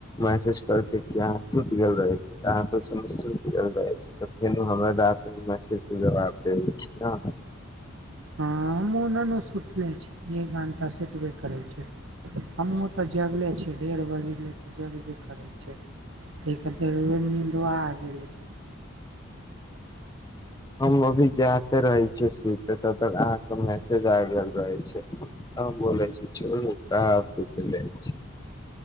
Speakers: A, on the left; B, on the right.
A: मैसेज करके कि अहाँ सुत गेल रहे छी, अहाँ ते सु सुत गेल रहे छी। ते फेनो हमर रा <unintelligible> मैसेज के जवाब दे छै न।
B: हाँ हमु ने ने सुतला छीये एक घंटा सुतबे करै छियै, हमु ते जगले छियै डेढ़ बजले ते जगबे करै छै ते खातिर रउवा नी दुआ गेले छै ते सुत
A: हम अभी जाते रहै छियै सुते तब तक अहाँके मैसेज आ गेल रहै छै, अहाँ बोलै छी चलू कहाँ सुत जाय छै।